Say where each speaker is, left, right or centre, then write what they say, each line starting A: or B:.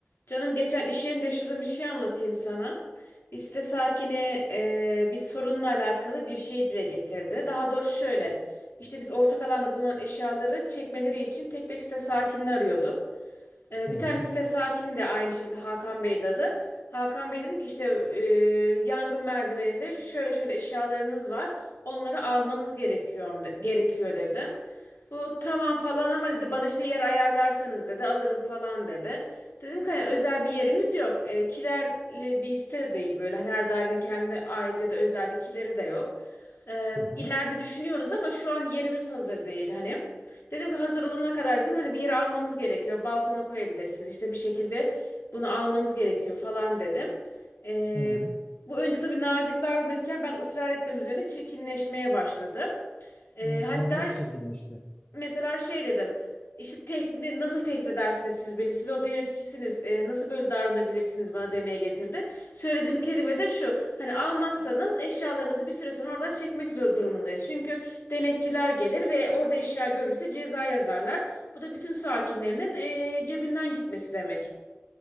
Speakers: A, on the left (about 70°); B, on the left (about 40°).
A: Canım geçen iş yerinde yaşadığım bir şey anlatayım sana. Bir site sakini e, bir sorunla alakalı bir şey dile getirdi. Daha doğrusu şöyle. işte biz ortak alanda bulunan eşyaları çekmeleri için tek tek site sakinini arıyordum. E,
B: Hı
A: bir
B: hı,
A: tane site sakini de aynı şekilde Hakan Bey'di adı. Hakan Bey dedim ki işte e, yangın merdiveninde şöyle şöyle eşyalarınız var. Onları almanız gerekiyor, gerekiyor dedim. Bu tamam falan ama dedi bana işte yer ayarlarsanız dedi alırım falan dedi. Dedim ki hani özel bir yerimiz yok. E, kilerli bir site de değil böyle. Hani her dairenin kendine ait ya da özel bir kileri de yok. E,
B: hı hı,
A: ileride düşünüyoruz ama şu an yerimiz hazır değil hani. Dedi ki hazır olana kadar dedim hani bir yere almanız gerekiyor. Balkona koyabilirsiniz. İşte bir şekilde bunu almanız gerekiyor falan dedim. E,
B: hı hı.
A: bu önce tabii nazik davranırken ben ısrar etmem üzerine çirkinleşmeye başladı. E,
B: Ne,
A: hatta
B: nasıl çirkinleşti?
A: Mesela şey dedim. İşte tehdit, ne- nasıl tehdit edersiniz siz beni? Siz orada yöneticisiniz. e, nasıl böyle davranabilirsiniz bana demeye getirdi. Söylediğim kelime de şu. Hani almazsanız eşyalarınızı bir süre sonra oradan çekmek zor durumundayız. Çünkü denetçiler gelir ve orada eşya görürse ceza yazarlar. Bu da bütün sakinlerinin e, cebinden gitmesi demek.